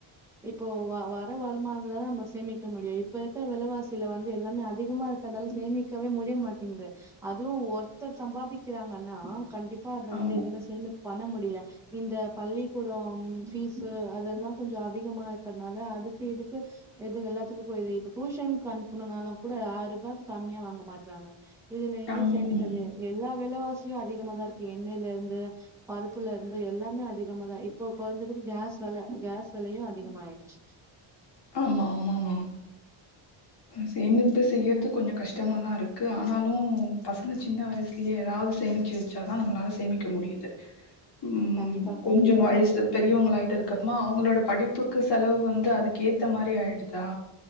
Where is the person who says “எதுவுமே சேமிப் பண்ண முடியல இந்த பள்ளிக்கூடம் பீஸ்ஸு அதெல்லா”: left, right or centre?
Centre